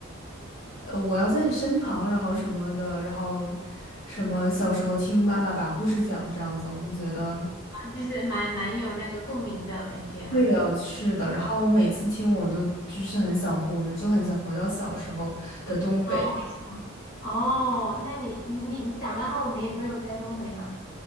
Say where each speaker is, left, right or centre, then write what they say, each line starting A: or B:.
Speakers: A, on the left; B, on the left.
A: 呃，我要在你身旁，然后什么的，然后什么小时候听妈妈把故事讲这样子，我就觉得
B: 就是蛮蛮有那个共鸣的感觉哈、
A: 对的，是的。然后我每次听我都就是很想哭，我就就很想回到小时候的东北。
B: 哦。哦，那你你长大后没没有在东北吗？